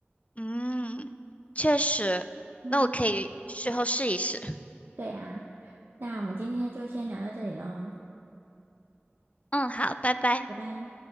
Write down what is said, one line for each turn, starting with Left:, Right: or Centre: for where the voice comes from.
Left: 嗯，确实，
Right: 嗯，
Left: 那我可以事后试一试。
Right: 对呀，那我们今天就先聊到这里喽，
Left: 嗯，好，拜拜。
Right: 拜拜。